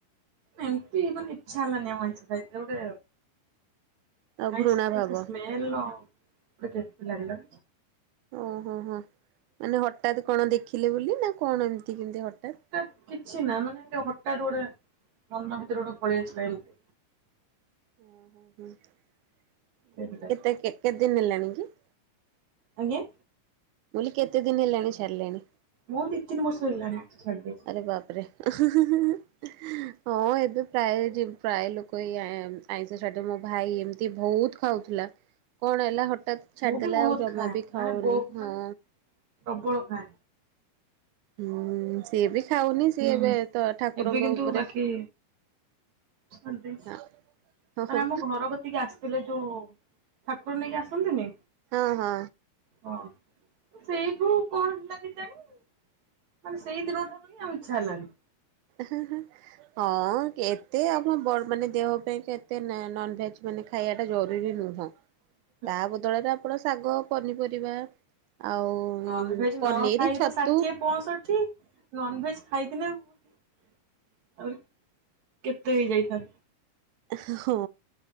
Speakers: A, on the right (about 60°); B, on the right (about 75°).
A: ଏମିତି ଇଚ୍ଛା ହେଲାାନି ଆଈଁଷ ଖାଇଥିଲେ ଗୋଟେ
B: ଆଉ
A: <unintelligible>
B: ଘୃଣା ଭାବ
A: ସ୍ମେଲର କେମିଥି ଲାାଗିଲା
B: ଓହୋ ହୋ ମାନେ ହଠାତ୍ କଣ ଦେଖିଲେ ବୋଲି ନା କଣ ଏମିତି କେମତି ହଠାତ୍
A: ଟ କିଛି ନା ମାନେ ଏ ହଠାତ୍ ଗୋଟେ ମନ ଭିତରେ ଗୋଟେ ପଳେଇ ଆସିଲା ଏମିତି
B: ଓ ହୋ ହୋ
A: ସେଇଥିପାଇଁ
B: କେତେ କେତେ ଦିନ ହେଲାଣି କି?
A: ଆଜ୍ଞା।
B: ମୁ କହିଲି କେତେ ଦିନ ହେଲାଣି ଛାଡ଼ି ଲେଣି?
A: ମୁଁ ଦି ତିିନ ବର୍ଷ ହେଇଗଲାଣି ଆଇଁଷ ଛାଡ଼ିଦେଇଚି।
B: ହବା ଉପରେ ହଁ ଏବେ ପ୍ରାୟ ପ୍ରାୟ ଲୋକ କହି ଆଇଁଷ ଛାଡିଦେ ମୋ ଭାଇ ଏମିତି ବହୁତ ଖାଉଥିଲା କଣ ହେଲା ହଠାତ୍
A: ମୁଁ
B: ଛାଡିଦେଲା
A: ବି ବହୁତ
B: ଆଉ ଜମା
A: ଖାଏ
B: ବି ଖାଉନି
A: ମାନେ ବହୁ ମାନେ
B: ହଁ।
A: ପ୍ରବଳ ଖାଏ।
B: ହୁଁ ସିଏ ବି ଖାଉନି ସିଏ
A: ହୁଁ
B: ଏବେ ତ ଠାକୁରଙ୍କ
A: ଏବେ କିନ୍ତୁ
B: ଉପରେ
A: ବାକି ଛାଡି ଦେଇଛି
B: ହଁ।
A: ମାନେ
B: ହଁ
A: ଆମ ଘର କତିକି ଆସିଥିଲେ ଯୋଉ ଠାକୁର ନେଇକି ଆସନ୍ତିନି
B: ହଁ ହଁ।
A: ହଁ ସେଇଠୁ କଣ ହେଲା କେଜାଣି? ମାନ ସେଇଦିନଠାରୁ ହିଁ ଆଇଁଶ ଛାରିଲାଣି।
B: ହଁ ହଁ ହଁ କେତେ ଆମ ମାନେ ଦେହ ପାଇଁ ଏତେ ନନଭେଜ୍ ମାନେ ଖାଇବାଟା ଜରୁରୀ ନୁହଁ।
A: ହ
B: ତା ବଦଳରେ ଆପଣ ଶାଗ ପନିପରିବା ଆଉ
A: ନନଭେଜ ନ
B: ପନିର
A: ଖାଇକି
B: ଛତୁ
A: ତ ଷାଠିଏ ପଞ୍ଚଁଷଠି ନନଭେଜ ଖାଇଥିଲେ ଆଉରି କେତେ ହେଇ ଯାଇଥାନ୍ତା।
B: ହଁ।